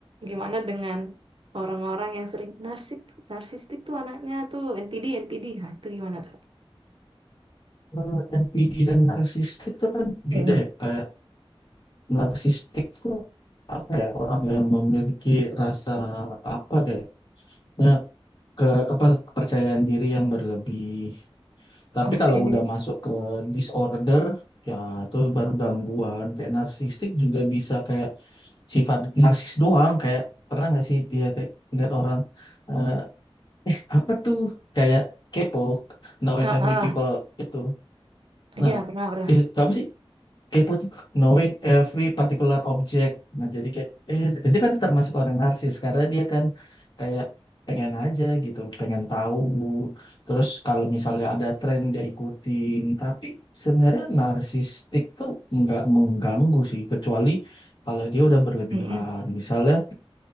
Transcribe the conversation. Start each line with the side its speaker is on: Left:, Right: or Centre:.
Right: gimana dengan orang-orang yang sering narsik narsistik tuh anaknya tuh NPD NPD nah itu gimana tuh
Left: Kalau NPD dan narsistik itu kan beda
Right: Mm,
Left: ya. Kayak narsistik tuh apa ya orang yang memiliki rasa apa deh, ya, ke apa kepercayaan diri yang berlebih. Tapi
Right: Oke.
Left: kalau udah masuk ke disorder, ya itu baru gangguan. Kayak narsistik juga bisa kayak sifat narsis doang. Kayak pernah nggak sih dia kayak ngeliat orang eh, apa tuh kayak kepo, knowing
Right: Ah,
Left: every
Right: ah.
Left: people itu.
Right: Iya,
Left: Nah,
Right: pernah, pernah.
Left: eh, apa sih? Kepo tuh knowing every particular object. Nah, jadi kayak eh itu kan termasuk orang narsis karena dia kan kayak pengen aja gitu, pengen tahu. Terus kalau misalnya ada tren dia ikutin, tapi sebenarnya narsistik tuh nggak mengganggu sih kecuali kalau dia udah berlebihan.
Right: Mm-mm.
Left: Misalnya